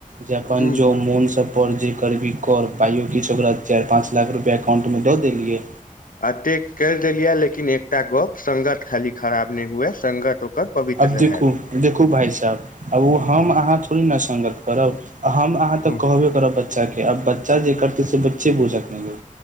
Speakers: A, on the right; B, on the left.
A: जे अपन
B: ह
A: जो मोन स कर जे करबी कर पायो किछु ओकरा चारि पाँच लाख रुपैआ अकाउंटमे दऽ देलियै
B: अते कर देलिये लेकिन एकटा गप संगत खाली खराब ने हुए संगत ओकर पवित्र
A: अब देखू
B: रहै
A: देखू भाय साहेब आब ओ हम
B: हं
A: अहाँ थोड़े न सगंत करब हम अहाँ
B: हं
A: तक कहबे करब बच्चाके आब बच्चा जे करतै से बच्चे बुझत नहि यो